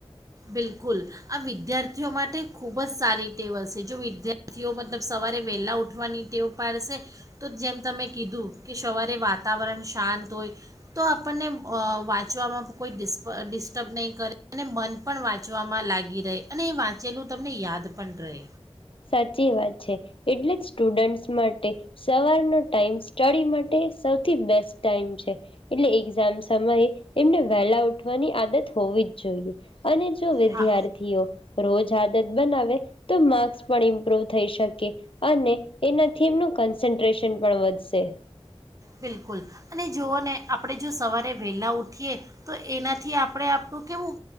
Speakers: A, on the right; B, on the left.
A: બિલકુલ આ વિદ્યાર્થીઓ માટે ખૂબ જ સારી ટેવ હશે જો વિદ્યાર્થીઓ મતલબ સવારે વહેલાં ઉઠવાની ટેવ પાડશે તો જેમ તમે કીધું કે સવારે વાતાવરણ શાંત હોય તો આપણને વાંચવામાં કોઈ ડિપ ડિસ્ટર્બ નહીં કરે અને મન પણ વાંચવામાં લાગી રહે અને વાંચેલું તમને યાદ પણ રહે
B: સાચી વાત છે, એટલે જ સ્ટુડન્ટ માટે સવારનો ટાઈમ સ્ટડી માટે સૌથી બેસ્ટ ટાઈમ છે એટલે એક્ઝામ સમયે એમને વહેલા ઉઠવાની આદત હોવી જ જોઈએ. અને જો વિદ્યાર્થીઓ
A: હા
B: રોજ આદત બનાવે તો માર્સ. પણ ઇમ્પ્રુવ થઈ શકે અને એનાથી એમનું કન્સન્ટ્રેશન પણ વધશે.
A: બિલકુલ અને જુઓ ને આપણે જો સવારે વહેલા ઉઠીએ તો એનાથી આપણે આપણું કેવું